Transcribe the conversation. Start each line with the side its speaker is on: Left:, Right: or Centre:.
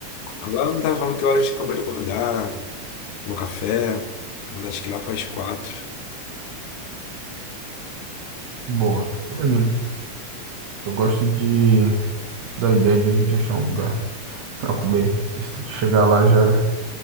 Left: Agora eu não tava falando que hora a gente acabou de acordar, meu café, mandar Acho que lá para as quatro.
Right: Boa. Eu animo. Eu gosto de da ideia de a gente achar um lugar para comer. E se chegar lá já é